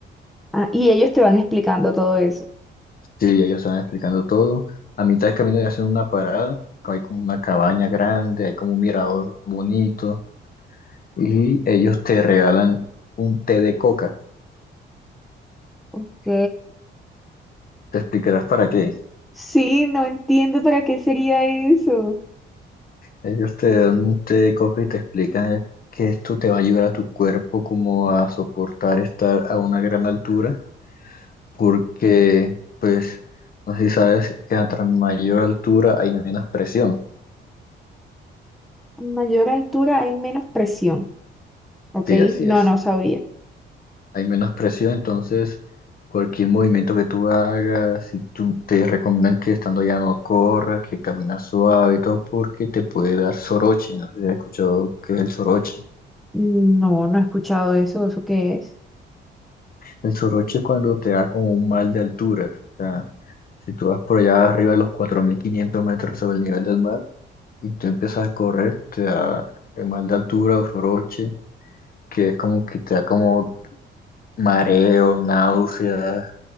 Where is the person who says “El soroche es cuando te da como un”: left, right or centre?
Left